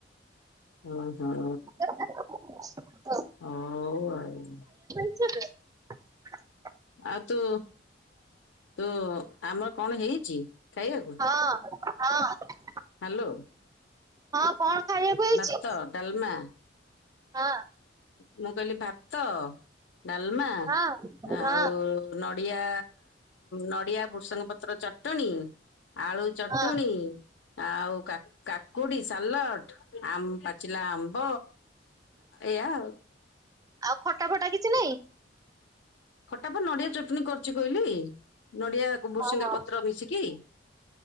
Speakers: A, on the left; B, on the right.
A: ହଁ ହଁ।
B: ହ <unintelligible>
A: ହଁ ଭାଇ <unintelligible>
B: <inaudible>
A: ଆଉ ତୁ ତୁ ଆମର କଣ ହେଇଛି ଖାଇବାକୁ?
B: ହଁ ହଁ।
A: ହ୍ୟାଲୋ
B: ହଁ କଣ ଖାଇବାକୁ ହେଇଛି?
A: ଭତ ଡାଲମା
B: ହଁ।
A: ମୁଁ କହିଲି ଭାତ ଡାଲମା,
B: ହଁ
A: ଆଉ
B: ହଁ
A: ନଡ଼ିଆ, ନଡ଼ିଆ ବୃସଙ୍ଗ ପତ୍ର ଚଟଣିୀ, ଆଳୁ ଚଟଣୀ
B: ହଁ
A: ଆଉାା କାକୁଡି ସାଲାଡ ଆମ ପାଚିଲା ଆମ୍ବ ଏଇୟା
B: ଆଉ ଖଟା ଫଟା କିଛି ନାଇଁ?
A: ଖଟାପ ନଡିଆ ଚଟଣି କରୁଛି କହିଲି ନଡିଆ ଭୋସିଙ୍ଗା
B: ଓହୋ
A: ପତ୍ର ମିଶିକି